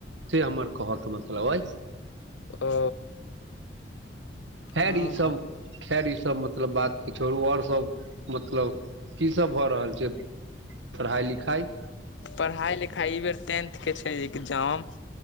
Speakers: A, on the right (about 85°); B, on the left (about 80°).
A: से हमर कहऽके मतलब अइ।
B: ओ।
A: हैड
B: हँ
A: ई सभ
B: हँ
A: खैर ईसभ मतलब बात छैर आओर सभ मतलब की सभ भऽ रहल छै पढ़ाइ लिखाइ।
B: पढ़ाइ लिखाइ ई बेर टेथ के छै एग्जाम